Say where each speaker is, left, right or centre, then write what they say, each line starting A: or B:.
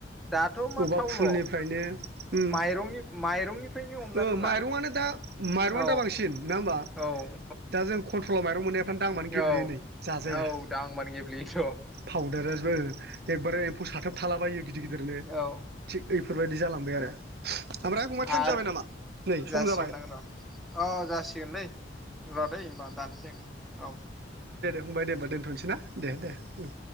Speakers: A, in the centre; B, on the right.
A: दाथ' मा
B: बबेबा
A: थावल'
B: फुलनिफ्रायनो ओम
A: माइरंनि माइरंनिफ्रायनो हमनानै
B: ओ
A: ला
B: माइरंआनो दा माइरंआनो
A: औ
B: दा बांसिन ना होमबा
A: औ
B: दा जों कन्ट्रलाव माइरं मोननाय दांबानो
A: औ
B: गेब्लेयो नै जाजाया।
A: औ दांबानो गेल्बेयोथ'
B: फाउदार रासबो एकबारि एम्फौ साथाब थालाबायो गिदिर गिदिरनो
A: औ
B: थिग ओइफोरबायाददि जाला थांबाय आरो। ओमफ्राय फंबाय टाइम
A: आर
B: जाबाय नामा नै सम
A: जासिगोनदां
B: जाबाय
A: र' अ जासिगोनलै। र'दै होनबा दानसै आं औ।
B: बुंबाय दे होमबा दोनथ'नोसै ना? दे दे उम।